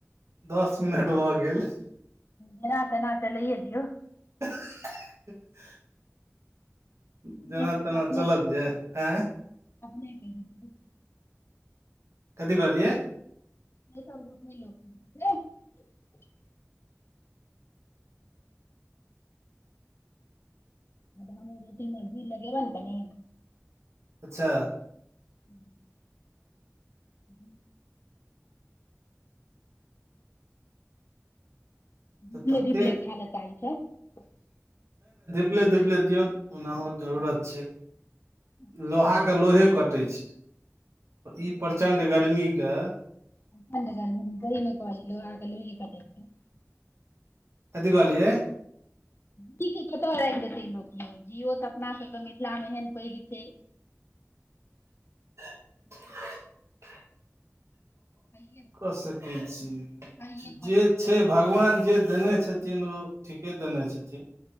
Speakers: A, on the right; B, on the left.
A: दस मिनट भऽ गेल
B: जेना तेना चलैए दियौ
A: <unintelligible> जेना
B: अपने
A: तेना
B: अपने
A: चलत यै आँय
B: अपने केहेन छै
A: कथी कहलियै
B: से सब लोक नइ लोकै छै हमे रोटीमे घी लगेबैन कनि
A: अच्छह
B: <inaudible> <inaudible> धिपले
A: तऽ तते
B: धिपले खाय लेता ई सब
A: धिपले धिपले दियौन ओनाहु जरूरत
B: हँ
A: छै
B: धिपले
A: लोहा
B: धिपले।
A: के लोहे कटै छै ई प्रचण्ड गर्मी क
B: प्रचण्ड गर्मी सही मे कहलियै लोहा के लोहे कटइ छै
A: कथी कहलियै
B: पी के कतअ राइख देल लोक यो जिहो तऽ अपना सबके मिथिला मे एहन पैघ छै
A: <inaudible>
B: खाइये
A: कऽ सकै छी
B: खाइये पड़तै
A: जे
B: तऽ
A: छै भगवान जे देने छथिन ओ ठीके देने छथिन